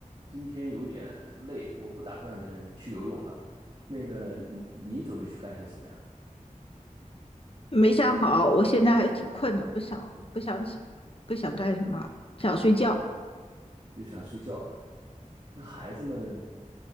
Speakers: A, on the right; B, on the left.
A: 今天有点累，我不打算嗯去游泳了。那个，你你准备去干些什么呀？
B: 没想好，我现在还挺困的，不想不想起，不想干什么，想睡觉。
A: 就想睡觉。那孩子们